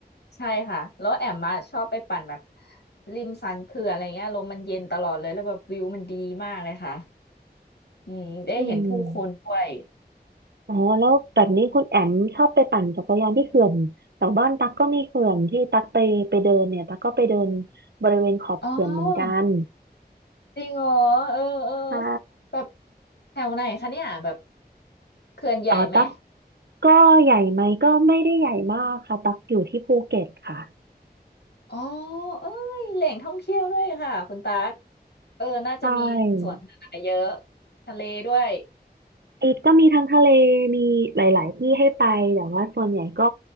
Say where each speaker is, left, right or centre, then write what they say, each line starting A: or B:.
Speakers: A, on the left; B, on the right.
A: ใช่ค่ะแล้วแอมมาชอบไปปั่นแบบริมสันเขื่อนอะไรเงี้ยลมมันเย็นตลอดเลยแล้วแบบวิวมันดีมากเลยค่ะอืมได้เห็นผู้คนด้วย
B: อืม อ๋อแล้วแบบนี้คุณแอมชอบไปปั่นจักรยานที่เขื่อนแถวบ้านตั๊กก็มีเขื่อนที่ตั๊กไปไปเดินเนี่ยตั๊กก็ไปเดินบริเวณขอบเขื่อนเหมือนกัน
A: อ๋อจริงเหรอเออเออ
B: ใช่
A: แบบแถวไหนคะเนี่ยแบบเขื่อนใหญ่ไหม
B: อ๋อตั๊กก็ใหญ่ไหมก็ไม่ได้ใหญ่มากค่ะตั๊กอยู่ที่ภูเก็ตค่ะ
A: อ๋อเอ้ยแหล่งท่องเที่ยวด้วยค่ะคุณตั๊กเออน่าจะมีสวนสาธารณะเยอะ
B: ใช่
A: ทะเลด้วย
B: อีกก็มีทั้งทะเลมีหลายๆที่ให้ไปแต่ว่าส่วนใหญ่ก็